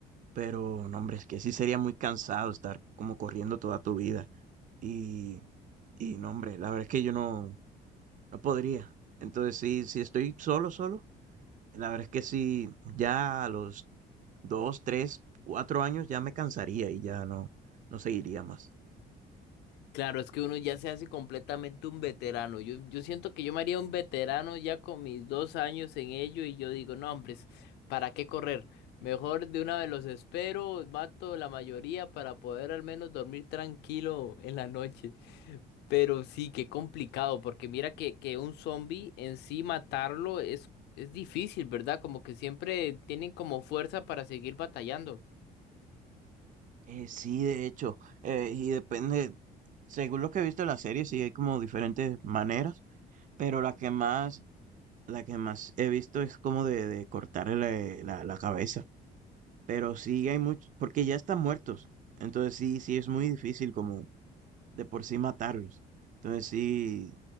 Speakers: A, on the right (about 50°); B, on the left (about 80°).
A: Pero, no, hombre, es que sí sería muy cansado estar como corriendo toda tu vida. Y, y no, hombre, la verdad es que yo no, no podría. Entonces, sí, si estoy solo, solo, la verdad es que sí, ya a los dos, tres, cuatro años ya me cansaría y ya no, no seguiría más.
B: Claro, es que uno ya se hace completamente un veterano. Yo, yo siento que yo me haría un veterano ya con mis dos años en ello y yo digo, no, hombres, ¿para qué correr? Mejor de una vez los espero, mato la mayoría para poder al menos dormir tranquilo en la noche. Pero sí, qué complicado, porque mira que, que un zombie en sí matarlo es, es difícil, ¿verdad? Como que siempre tienen como fuerza para seguir batallando.
A: Eh, sí, de hecho, eh, y depende, según lo que he visto en la serie, sí hay como diferentes maneras, pero la que más, la que más he visto es como de, de cortarle la la la cabeza. Pero sí hay muchos, porque ya están muertos. Entonces sí, sí es muy difícil como de por sí matarlos. Entonces sí,